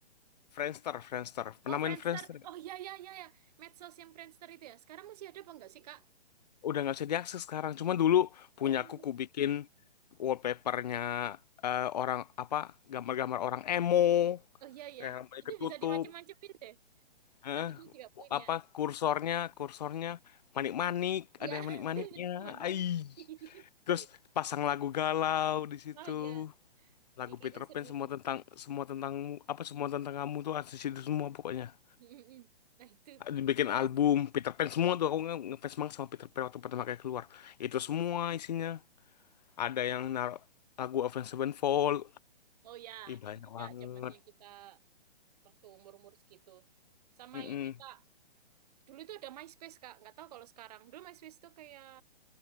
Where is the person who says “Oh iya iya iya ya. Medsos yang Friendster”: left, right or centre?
Right